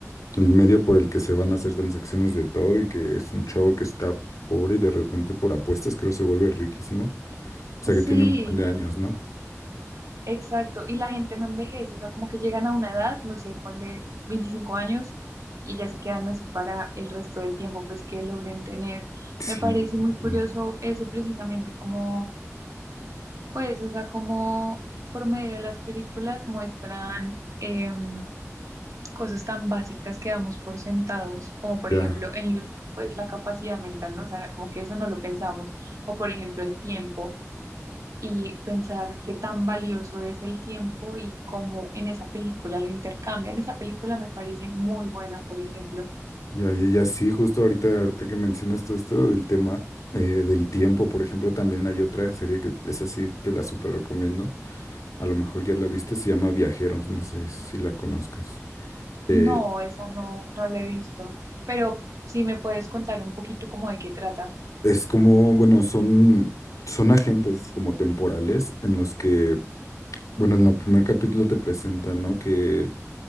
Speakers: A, on the left; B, on the right.
A: el medio por el que se van a hacer transacciones de todo y que es un chavo que está pobre y de repente por apuestas creo se vuelve riquísimo. O sea
B: sí.
A: que tiene un buen de años, ¿no?
B: Exacto, y la gente no envejece, o sea, como que llegan a una edad, no sé, ponle 25 años y ya se quedan así para el resto del tiempo, pues que logren tener.
A: Sí,
B: Me parece
A: sí,
B: muy curioso
A: sí.
B: eso precisamente, como, pues, o sea, como por medio de las películas muestran em, cosas tan básicas que damos por sentados, como por
A: Ya,
B: ejemplo en Lu- pues la capacidad mental, ¿no? O sea, como que eso no lo pensamos, o por ejemplo el tiempo y pensar qué tan valioso es el tiempo y cómo en esa película lo intercambian. Esa película me parece muy buena, por ejemplo.
A: ya, ya, ya sí, justo ahorita, ahorita que mencionas todo esto del tema eh, del tiempo, por ejemplo, también hay otra serie que esa sí te la súper recomiendo. A lo mejor ya la viste, se llama Viajeros, no sé si la conozcas. Eh,
B: No, esa no, no la he visto, pero sí me puedes contar un poquito como de qué trata.
A: es como, bueno, son, son agentes como temporales en los que Bueno, en el primer capítulo te presentan, ¿no? Que,